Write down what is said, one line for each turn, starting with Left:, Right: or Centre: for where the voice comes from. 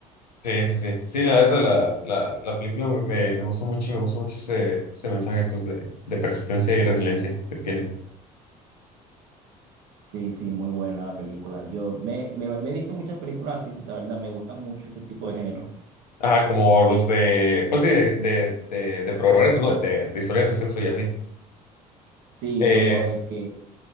Left: Sí, sí, sí. Sí, la neta, la, la, la película me, me me gustó mucho y me gustó mucho ese, ese mensaje pues, de, de persistencia y resiliencia que tiene.
Right: Sí, sí, muy buena la película. Yo me, me, me he visto muchas películas así, la verdad, me gustan mucho ese tipo de género.
Left: Ajá, como los de, pues sí, de, de, de, de progreso, ¿no? De, de historias de ascenso y así.
Right: Sí,
Left: Eh,
Right: como de que